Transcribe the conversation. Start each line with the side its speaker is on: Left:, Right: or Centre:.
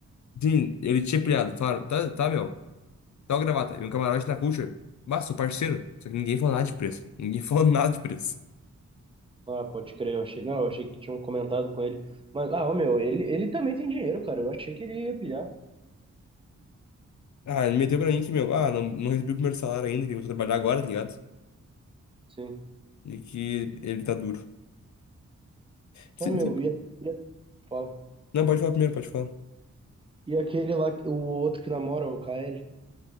Left: Sim, ele tinha pilhado, claro. Tá, tá, meu. Tal gravata. E um camarote na Culture. Bah, sou parceiro. Só que ninguém falou nada de preço. Ninguém falou <laughs> nada de preço.
Right: Ah, pode crer, eu achei. Não, eu achei que tinham comentado com ele. Mas, ah, ô, meu, ele, ele também tem dinheiro, cara. Eu achei que ele ia pilhar.
Left: Ah, ele meteu pra mim que, meu, ah, não, não recebi o primeiro salário ainda, que eu vou trabalhar agora, tá ligado?
Right: Sim.
Left: E que ele tá duro. Se-
Right: Tá, meu,
Left: se-
Right: e, a- e a- fala.
Left: Não, pode falar primeiro, pode falar.
Right: E aquele lá, o outro que namora, o K L